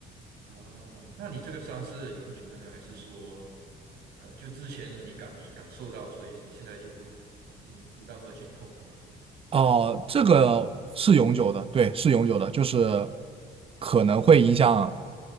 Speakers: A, on the right; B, on the right.
A: 啊，那你这个伤是永久的呢，还是说，呃，就之前你感感受到，所以你现在就不不不那么去碰它呢？
B: 哦，这个是永久的，对，是永久的，就是可能会影响，